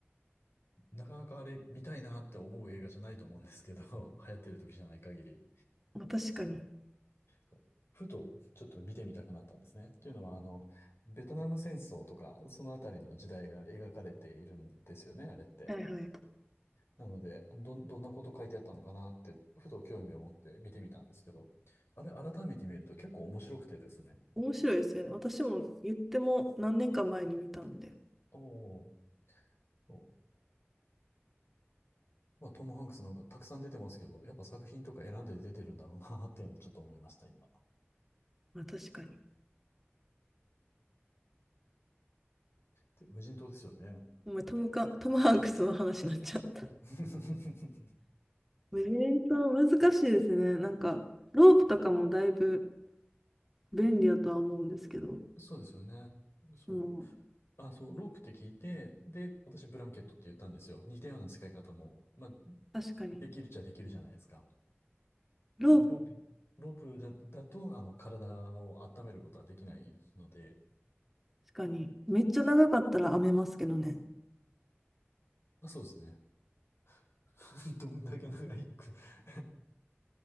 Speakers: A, on the left; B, in the centre.
A: なかなかあれ見たいなって思う映画じゃないと思うんですけど、<laughs> 流行ってる時じゃない限り。
B: まあ、確かに。
A: そうふとちょっと見てみたくなったんですね。というのは、あの、ベトナム戦争とか、そのあたりの時代が描かれているんですよね、あれって。
B: はいはい。
A: なので、ど、どんなこと書いてあったのかなって、ふと興味を持って見てみたんですけど、あれ、改めて見ると結構面白くてですね。
B: 面白いですよね。私も言っても何年か前に見たんで。
A: おーおー、まあ、トム・ハンクスなんかたくさん出てますけど、やっぱ作品とか選んで出てるんだろうなっていうのをちょっと思いました、今。
B: まあ確かに。
A: で、無人島ですよね。
B: お前、トムか、トムハンクスの話になっちゃった。
A: <laughs>
B: メメント難しいですね。なんか、ロープとかもだいぶ便利やとは思うんですけど、
A: そうですよね。そう。
B: その、
A: あ、そう、ロープって聞いて、で、私ブランケットって言ったんですよ。似たような使い方も、まあ、
B: 確かに。
A: できるっちゃできるじゃないですか。
B: ロープ、
A: でもロープ、ロープじゃだと、あの、体を温めることはできないので、
B: 確かに。めっちゃ長かったら編めますけどね。
A: まあ、そうですね。<laughs> どんだけ長いく <laughs>